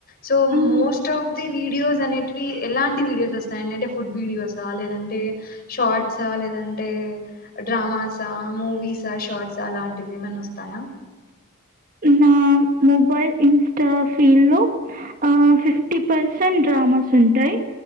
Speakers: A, on the left (about 45°); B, on the right (about 40°).
A: so
B: hmm
A: most of the videos అనేటివి ఎలాంటి వీడియోస్ వస్తాయింటంటే ఫుడ్ వీడియోసా లేదంటే షార్ట్సా లేదంటే డ్రామాస్ స మూవీస షార్ట్సా అలాంటివి ఏమనా వస్తాయా
B: నా మొబైల్ ఇన్స్టా ఫీల్ లో ఆ ఫిఫ్టీ పర్సెంట్ డ్రామాస్ ఉంటయి